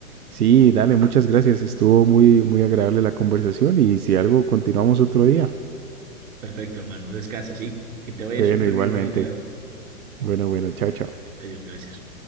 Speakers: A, on the right; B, on the right.
A: Sí, dale, muchas gracias. Estuvo muy, muy agradable la conversación y si algo, continuamos otro día.
B: Perfecto, hermano. Descansa, ¿sí? Que te vaya
A: Bueno,
B: súper
A: igualmente.
B: bien mañana en la U.
A: Bueno, bueno, chao, chao.
B: Adiós, gracias.